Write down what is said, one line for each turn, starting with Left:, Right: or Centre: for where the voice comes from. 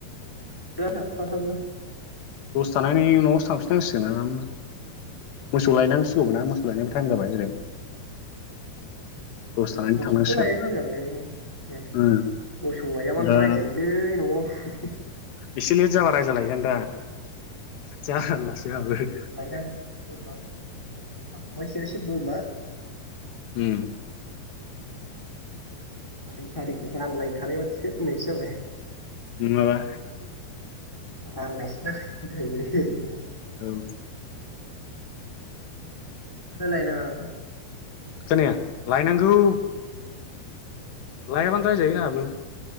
Centre: दे ने अखााथो <unintelligible>
Left: बुथ <unintelligible> जानायनि नयावसो थांफिननांसिगोन आरामनो मोसौ लायनांसिगौ ना मो सौ लायनोबो टाइम जाबाय ओरै दसे थानानै
Centre: मोसौथ
Left: थांनांसिगोन
Centre: लायनो थायिम जाबाय
Left: उम
Centre: मोसौ लायाबानो
Left: दा
Centre: रायजायोलै नयाव
Left: इसे लेद जाबा रायजा लायगोन दा जारलासो आंहाबो
Centre: मोसौ लायनांगौ बोरमा मोसौ खाखांबाय सेरसे बोरमा
Left: उम
Centre: फारि फारिखौ रानलायखानाय बादिखौ होननायसो जाबाय
Left: नङाबा
Centre: ननो <unintelligible>
Left: औ
Centre: नोंसालाय लायनाङा नामा
Left: खोनाया लायनांगौ लायाबानो राय जायो आंयाबो